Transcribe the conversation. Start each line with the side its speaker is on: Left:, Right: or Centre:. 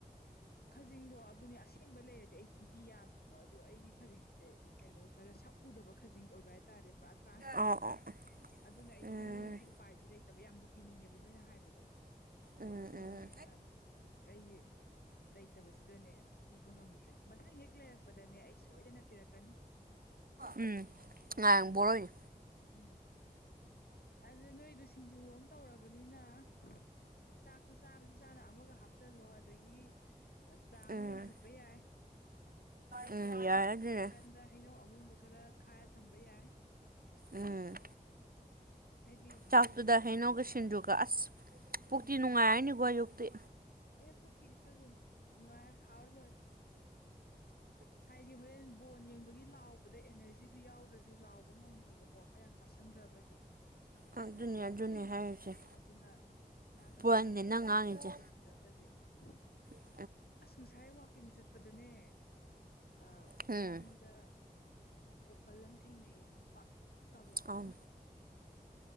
Left: ꯈꯖꯤꯡꯗꯣ ꯑꯗꯨꯅꯤ ꯑꯁꯦꯡꯕ ꯂꯩꯔꯗꯤ ꯑꯩ ꯄꯤꯕꯤ ꯌꯥꯕꯅꯦꯀꯣ ꯑꯗꯣ ꯑꯩꯒꯤ ꯈꯖꯤꯡꯁꯦ ꯀꯩꯅꯣ ꯈꯔ ꯁꯛꯎꯗꯕ ꯈꯖꯤꯡ ꯑꯣꯏꯕ ꯍꯥꯏꯇꯥꯔꯦ ꯄꯨꯔꯥ ꯇ꯭ꯔꯥꯟꯁꯄꯦꯔꯦꯟꯒꯤ
Right: ꯑꯣ ꯑꯣ
Left: ꯑꯗꯨꯅ ꯑꯩ
Right: ꯎꯝ
Left: ꯄꯤꯅꯤꯡꯉꯁꯨ ꯎꯄꯥꯏꯗꯤ ꯂꯩꯇꯕ ꯌꯥꯝꯗꯤ ꯄꯤꯅꯤꯡꯉꯦꯕ ꯅꯣꯏꯅ ꯍꯥꯏꯕꯗꯣ ꯑꯗꯣ
Right: ꯎꯝ
Left: ꯑꯩ ꯄꯤꯅꯤꯡꯉꯦꯅ
Right: ꯎꯝ
Left: ꯑꯩ ꯂꯩꯇꯕꯁꯤꯗꯅꯦ ꯄꯤꯕ ꯉꯝꯗ꯭ꯔꯦ ꯃꯊꯪ ꯍꯦꯛ ꯂꯩꯔꯛꯄꯗꯅꯦ ꯑꯩ ꯁꯣꯏꯗꯅ ꯄꯤꯔꯛꯀꯅꯤ
Right: ꯎꯝ ꯉꯥꯏꯔꯪ
Left: ꯑꯗꯣ
Right: ꯕꯣꯔꯣꯏꯅꯤ
Left: ꯎꯝ ꯑꯗꯨꯗ ꯅꯣꯏꯨꯗꯣ ꯁꯤꯡꯖꯨ ꯑꯃ ꯇꯧꯔꯕꯅꯤꯅ ꯆꯥꯛꯇꯣ ꯆꯥꯔꯁꯨ ꯆꯥꯅ ꯑꯃꯒ ꯍꯥꯞ ꯍꯥꯞꯆꯜꯂꯣ ꯑꯗꯒꯤ ꯆꯥ ꯑꯃ
Right: ꯎꯝ
Left: ꯂꯣꯟꯈꯠꯄ ꯌꯥꯏ ꯅꯠꯇ꯭ꯔꯁꯨ
Right: ꯎꯝ ꯌꯥꯔꯦ ꯑꯗꯨꯅꯦ
Left: ꯅꯥꯀꯟꯗ ꯍꯩꯅꯧ ꯑꯃꯨꯟꯕ ꯈꯔ ꯈꯥꯏꯔ ꯊꯝꯕ ꯌꯥꯏ
Right: ꯎꯝ
Left: ꯍꯥꯏꯗꯤ
Right: ꯆꯥꯛꯇꯨꯗ
Left: ꯕꯣꯟꯒꯤ
Right: ꯍꯩꯅꯧꯒ ꯁꯤꯡꯖꯨꯒ ꯑꯁ ꯄꯨꯈꯇꯤ
Left: ꯎꯝ
Right: ꯅꯨꯡꯉꯥꯏꯔꯅꯤꯀꯣ ꯑꯌꯨꯛꯇꯤ
Left: ꯑꯦ ꯄꯨꯛꯀꯤꯗꯤ ꯈꯜꯂꯨꯅꯨ ꯅꯨꯡꯉꯥꯏꯔ ꯍꯥꯎꯔ ꯂꯣꯏꯔꯦ ꯍꯥꯏꯗꯤ ꯍꯣꯔꯦꯟ ꯕꯣꯟ ꯌꯦꯡꯕꯒꯤ ꯂꯥꯎꯕꯗ ꯑꯦꯅꯔꯖꯤꯗꯨ ꯌꯥꯎꯗ꯭ꯔꯗꯤ ꯂꯥꯎꯕ ꯉꯝꯃꯣꯏꯕꯀꯣ ꯈꯔ ꯌꯥꯝ ꯆꯥꯁꯟꯗ꯭ꯔꯒꯗꯤ
Right: ꯑꯗꯨꯅꯦ
Left: ꯉꯁꯥꯏꯗꯩ
Right: ꯑꯗꯨꯅꯦ ꯍꯥꯏꯔꯤꯁꯦ
Left: ꯑꯗꯨꯅ ꯏꯅꯥꯛꯇ
Right: ꯄꯣꯏꯟꯅꯦ
Left: ꯆꯥꯅ ꯊꯛꯅꯕꯁꯦ
Right: ꯅꯪ ꯉꯥꯡꯉꯤꯁꯦ
Left: ꯈꯔ ꯈꯤꯟꯗ꯭ꯔꯒꯗꯤ ꯗꯦ
Right: ꯎꯝ
Left: ꯑꯁ ꯉꯁꯥꯏ ꯋꯥꯛꯀꯤꯡ ꯆꯠꯄꯗꯅꯦ ꯑ
Right: ꯎꯝ
Left: ꯂꯝꯕꯤꯗ ꯀꯣꯄꯜ ꯑꯃ ꯊꯦꯡꯅꯩꯌꯦ ꯇꯕ
Right: ꯑꯪ
Left: ꯑꯃ